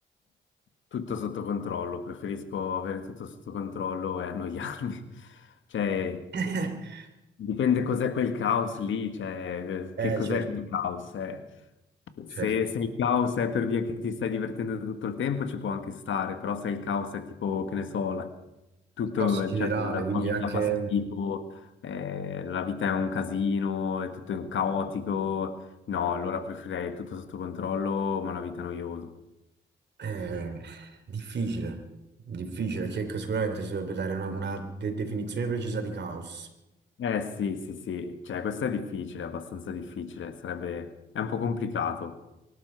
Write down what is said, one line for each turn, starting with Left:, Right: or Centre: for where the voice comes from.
Left: Tutto sotto controllo, preferisco avere tutto sotto controllo e annoiarmi. <laughs> Cioè,
Right: <laughs>
Left: Dipende cos'è quel caos lì, cioè eh,
Right: Eh,
Left: che cos'è
Right: certo,
Left: quel caos. eh. Se,
Right: certo.
Left: se il caos è per via che ti stai divertendo tutto il tempo ci può anche stare, però se il caos è tipo, che ne so, la, tutto,
Right: Caos in generale,
Left: cioè, la
Right: quindi
Left: tua vita
Right: è anche
Left: fa schifo, eh, la vita è un casino, è tutto un caotico, no, allora preferirei tutto sotto controllo, ma una vita noiosa.
Right: eh, difficile, difficile, perché ecco, sicuramente si dovrebbe dare una, una de- definizione precisa di caos.
Left: Eh sì, sì, sì, cioè questo è difficile, abbastanza difficile, sarebbe, è un po' complicato.